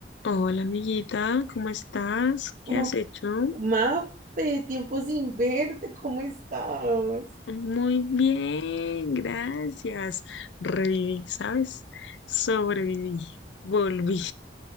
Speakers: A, on the left; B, on the right.
A: Hola amiguita, ¿cómo estás? ¿Qué
B: Oh,
A: has hecho?
B: Mafe, tiempo sin verte, ¿cómo estás?
A: Muy bien, gracias. Reviví, ¿sabes? Sobreviví, volví.